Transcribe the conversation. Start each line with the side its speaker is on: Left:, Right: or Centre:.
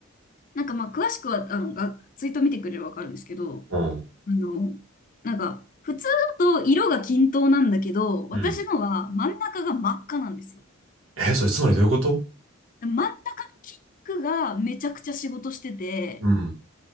Left: なんかまあ、詳しくは、あの、が、ツイート見てくれればわかるんですけど、
Right: うん。
Left: あの、なんか、普通だと色が均等なんだけど、私のは真ん中が真っ赤なんですよ。
Right: うん。え、それつまりどういうこと
Left: 真ん中のピンクがめちゃくちゃ仕事してて、
Right: うん。